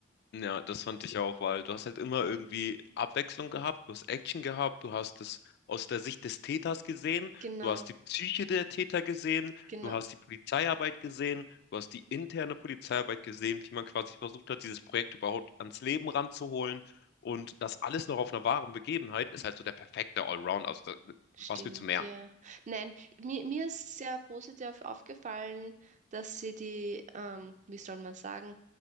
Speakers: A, on the left (about 55°); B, on the right (about 40°).
A: Ja, das fand ich auch, weil du hast halt immer irgendwie Abwechslung gehabt, du hast Action gehabt, du hast es aus der Sicht des Täters gesehen,
B: Genau,
A: du hast die Psyche der Täter gesehen,
B: genau.
A: du hast die Polizeiarbeit gesehen, du hast die interne Polizeiarbeit gesehen, wie man quasi versucht hat, dieses Projekt überhaupt ans Leben ranzuholen. Und das alles noch auf einer wahren Begebenheit ist halt so der perfekte Allround. Also, da,
B: Stimmt,
A: was willst du mehr?
B: ja. Nein, mir, mir ist sehr positiv aufgefallen, dass sie die, ähm, wie soll man sagen,